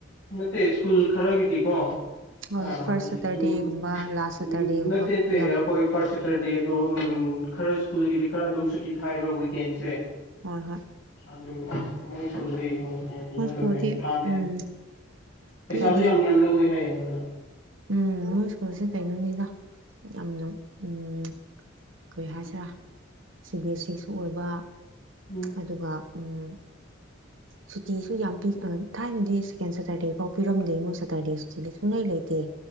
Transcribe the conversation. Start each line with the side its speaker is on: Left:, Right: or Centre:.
Left: ꯅꯠꯇꯦ ꯁ꯭ꯀꯨꯜ ꯈꯔꯒꯤꯗꯤꯀꯣ꯫
Right: ꯍꯣꯏ
Left: ꯑ
Right: ꯍꯣꯏ ꯐꯥꯔꯁ
Left: ꯍꯨꯖꯤꯛꯁꯨ
Right: ꯁꯦꯇꯔꯗꯦꯒꯨꯝꯕ ꯂꯥꯁ
Left: ꯎꯝ
Right: ꯁꯦꯇꯔꯗꯦꯒꯨꯝꯕ
Left: ꯅꯠꯇꯦ
Right: ꯄꯤꯕꯗꯣ
Left: ꯅꯠꯇꯦ ꯑ ꯍꯣꯏ ꯐꯥꯔꯁ ꯁꯦꯇꯔꯗꯦ ꯑꯗꯣ ꯎꯝ ꯈꯔ ꯁ꯭ꯀꯨꯜꯒꯤꯗꯤ ꯈꯔ ꯑꯗꯨꯝ ꯁꯨꯇꯤ ꯊꯥꯏꯕ ꯋꯤꯀꯦꯟꯁꯦ꯫
Right: ꯍꯣꯏ ꯍꯣꯏ
Left: ꯑꯗꯨ ꯃꯣꯏ ꯁꯀꯨꯜꯗꯤ ꯑꯃꯨꯛ ꯀꯩꯅꯣ
Right: ꯃꯣꯏ
Left: ꯇꯧꯋꯦ
Right: ꯁ꯭ꯀꯨꯜꯗꯤ
Left: ꯍꯥꯏ ꯊꯥꯗꯦꯍꯥꯏ
Right: ꯎꯝ
Left: ꯫ ꯄꯩꯁꯥꯁꯨ
Right: ꯄꯤꯗꯤ
Left: ꯌꯥꯝ ꯌꯥꯝ ꯂꯧꯋꯦ ꯍꯥꯏꯌꯦ ꯑꯩꯉꯣꯟꯗ꯫
Right: ꯎꯝ ꯃꯣꯏ ꯁ꯭ꯀꯨꯜꯁꯦ ꯀꯩꯅꯣꯅꯤꯗ ꯌꯥꯝꯅ ꯎꯝ ꯀꯩ ꯍꯥꯏꯁꯤꯔꯥ ꯁꯤ ꯕꯤ ꯑꯦꯁ ꯁꯤꯁꯨ ꯑꯣꯏꯕ
Left: ꯎꯝ
Right: ꯑꯗꯨꯒꯥ ꯎꯝ ꯁꯨꯇꯤꯁꯨ ꯌꯥꯝ ꯄꯤ ꯎꯝ ꯑꯥ ꯊꯥꯏꯅꯗꯤ ꯁꯦꯀꯦꯟ ꯁꯦꯇꯔꯗꯦ ꯐꯥꯎ ꯄꯤꯔꯝꯗꯦ ꯃꯣꯏ ꯁꯦꯇꯔꯗꯦ ꯁꯤꯗ ꯁꯨꯡꯉꯩ ꯂꯩꯇꯦ